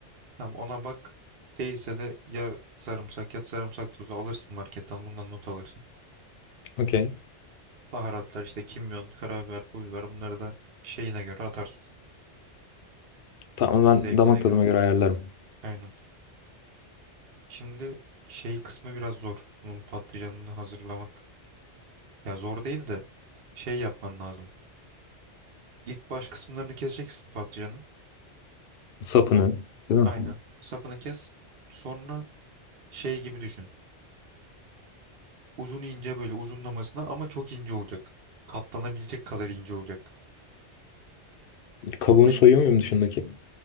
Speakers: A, on the right (about 55°); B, on the left (about 60°).
A: Tamam ona bak. Değilse de ya sarımsak ya sarımsak tozu alırsın marketten bundan not alırsın.
B: Okey.
A: Baharatlar işte kimyon, karabiber, pul biber bunları da şeyine göre atarsın.
B: Tamam
A: Zevkine
B: ben damak
A: göre.
B: tadıma göre ayarlarım.
A: Aynen. Şimdi şey kısmı biraz zor. Bunun patlıcanını hazırlamak. Ya zor değil de şey yapman lazım. İlk baş kısımlarını keseceksin patlıcanın.
B: Sapını,
A: On,
B: değil
A: aynen.
B: mi?
A: Sapını kes. Sonra şey gibi düşün. Uzun ince böyle uzunlamasına ama çok ince olacak. Katlanabilecek kadar ince olacak.
B: Kabuğunu
A: O, ş-
B: soyuyor muyum dışındaki?